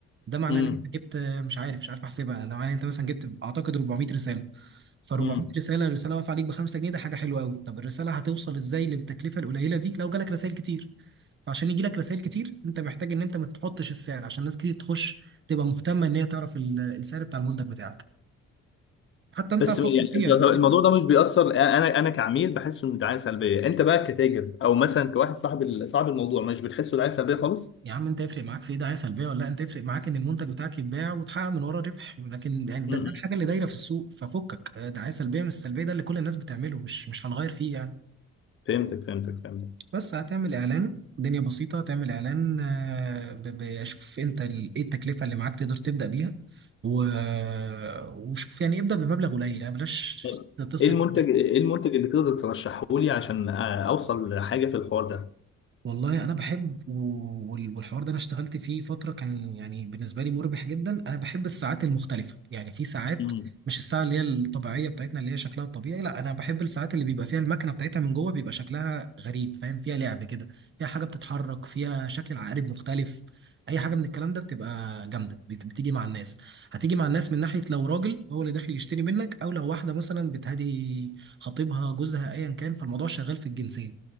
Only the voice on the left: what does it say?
امم
امم
بس
يعني
انت- طب الموضوع ده مش بيأثر انا انا كعميل بحسه انه دعايه سلبيه انت بقى كتاجر او مثلا كواحد صاحب ال- صاحب الموضوع مش بتحسه دعايه سلبيه خالص
م-م.
فهمتك فهمتك فهمتك
طب
ايه المنتج ايه المنتج اللي تقدر ترشحه لي عشان آه، اوصل لحاجه في الحوار ده
م-م.